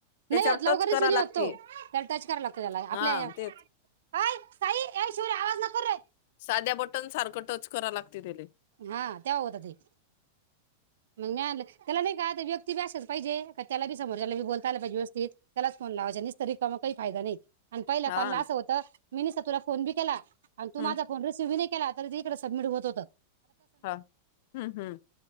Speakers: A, on the left; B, on the right.
A: त्याच्यावर
B: नाही होत लवकर
A: टच
B: रिसिव्ह
A: करावे
B: नाही
A: लागते.
B: होत तो त्याला टच कराव लागत त्याला आपल्या
A: हा
B: अय
A: तेच
B: साई ये शिवऱ्या आवाज नको रे.
A: साध्या बटन सारखं टच करा लागते त्याले
B: हा त्या होत ते. मग म्या आणल त्याला नाही का व्यक्ती बी अशाच पाहिजे का त्याला बी समोरच्याला बी बोलता आला पाहिजे व्यवस्थित त्याला च फोन लावायचा निस्त रिकामा काही फायदा नाही. अन पहिल्या
A: हा
B: कॉलला अस होत मी निस्ता तुला फोन बी केला आणि तू
A: हम्म
B: माझा फोन रिसव्ह बी नही केला तरी तिकडे सबमिट होत होत.
A: हा हम्म हम्म